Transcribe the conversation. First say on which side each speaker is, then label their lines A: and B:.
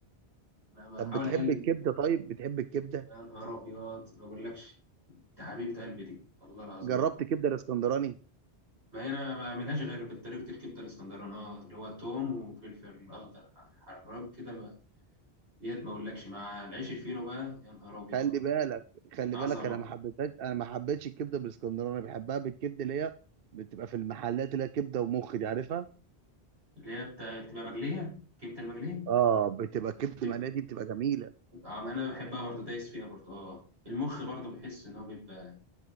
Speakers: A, on the right (about 85°); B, on the right (about 65°).
A: انا بحاول
B: طب بتحب
A: اقلل
B: الكبدة طيب بتحب الكبدة
A: يا نهار ابيض ما اقولكش ده حبيبه قلبي دي والله العظيم
B: جربت
A: يا
B: كبدة الاسكندراني
A: ما هي انا ما بعملهاش غير بطريقه الكبده الاسكندراني اه اللي هو توم وفلفل اخضر ح- حراج كده بقى ديت ما اقولكش مع العيش الفينو بقى يا نهار ابيض
B: خلي بالك خلي
A: عظمه
B: بالك انا ما حبيتهاش انا ما حبيتش الكبده بالاسكندراني بحبها بالكبده اللي هي بتبقى في المحلات اللي هي كبده ومخ دي عارفها
A: اللي هي بتا- بتبقى مقليه كبده المقليه
B: اه بتبقى كبده
A: بتبقى-
B: مقليه دي بتبقى جميله
A: طعم انا بحبها برضه دايس فيها برضه اه المخ برضه بحس ان هو بيبقى